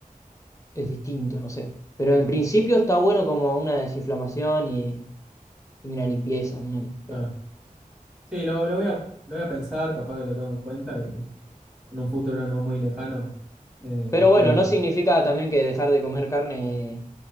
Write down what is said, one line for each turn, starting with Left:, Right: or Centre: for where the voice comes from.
Left: es distinto, no sé. Pero en principio está bueno como una desinflamación y, y una limpieza, ponele.
Centre: claro.
Left: Pero,
Centre: Sí, lo, lo voy a, lo voy a pensar, capaz que lo tengo en cuenta y en un futuro no muy lejano. eh,
Left: pero bueno,
Centre: pero
Left: no significa también que dejar de comer carne